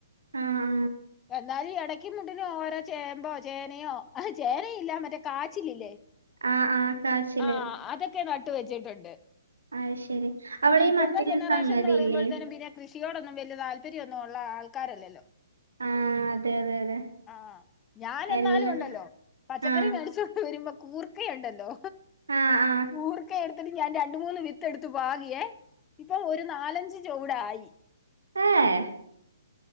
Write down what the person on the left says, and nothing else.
എന്നാലും എടക്ക് മുട്ടിന് ഓരോ ചേമ്പോ ചേനയോ ആഹ് ചേനയില്ല മറ്റേ കാച്ചിലില്ലേ
ആഹ് അതൊക്കെ നട്ട് വെച്ചിട്ടൊണ്ട്
പിന്നെ
ഇപ്പഴത്തെ
ജനറേഷൻന്ന്
പറയുമ്പോഴത്തേനും പിന്നെ കൃഷിയോടൊന്നും വല്ല്യ താല്പര്യമൊന്നു ഒള്ള ആൾക്കാരല്ലല്ലോ
ആഹ് ഞാൻ എന്നാലു
ഒണ്ടല്ലോ പച്ചക്കറി
മേടിച്ചോണ്ട് വരുമ്പോ കൂർക്കയുണ്ടല്ലോ
കൂർക്ക എടുത്തിട്ട് ഞാൻ രണ്ട് മൂന്ന് വിത്തെടുത്തു പാകിയെ ഇപ്പൊ ഒരു നാലഞ്ച് ചോവ്ടായി